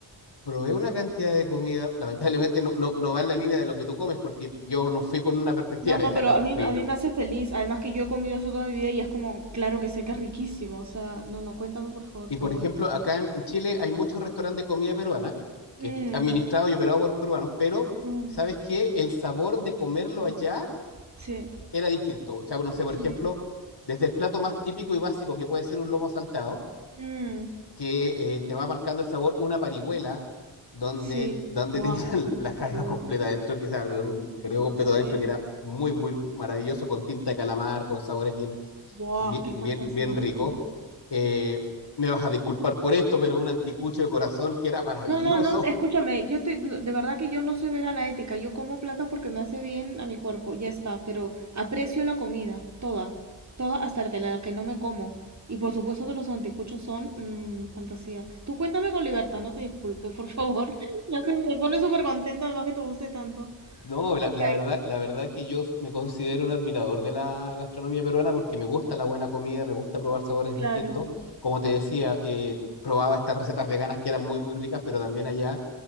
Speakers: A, on the left; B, on the right.
A: probé una cantidad de comida, lamentablemente no, no, no va en la línea de lo que tú comes, porque yo no fui con una perspectiva
B: No,
A: <laughs> vegana,
B: no, pero a
A: fui.
B: mí, a mí me hace feliz. Además que yo he comido eso toda mi vida y es como, claro que sé que es riquísimo. O sea, no, no, cuéntame por favor
A: Y
B: todo.
A: por ejemplo, acá en, en Chile hay muchos restaurantes de comida peruana, que
B: Mm.
A: es administrado y operado por peruanos, pero
B: Mm,
A: ¿sabes qué? El sabor de comerlo allá
B: sí,
A: era distinto. O sea, no sé, por
B: sí.
A: ejemplo, desde el plato más típico y básico que puede ser un lomo saltado,
B: Mm,
A: que eh, te va marcando el sabor una parihuela donde,
B: sí.
A: donde
B: Buah,
A: <laughs> tenían
B: qué rico
A: la
B: lo
A: jaiba
B: que te huele.
A: completa adentro, que, o sea, un creo completo
B: Sí.
A: adentro, que era muy, muy maravilloso, con tinta de calamar, con sabores bien,
B: Buah,
A: bien,
B: qué
A: bien,
B: fantasía.
A: bien ricos.
B: Sí.
A: Eh, me vas a disculpar por esto, pero un anticucho de corazón que era maravilloso.
B: No, no, no, escúchame, yo te- no, de verdad que yo no soy vegana ética, yo como plantas porque me hace bien a mi cuerpo, ya está, pero aprecio la comida, toda, toda hasta la que, la que no me como. Y por supuesto que los anticuchos son mm, fantasía. Tú cuéntame con libertad, no te disculpes, por favor. <laughs> Ya se me pone súper contenta, además que te guste tanto.
A: No, la,
B: Y
A: la
B: ahí,
A: verdad, la verdad que yo me considero un admirador de la gastronomía peruana porque me gusta la buena comida, me gusta probar sabores
B: claro.
A: distintos. Como te decía, eh, probaba estas recetas veganas que eran muy, muy ricas, pero también allá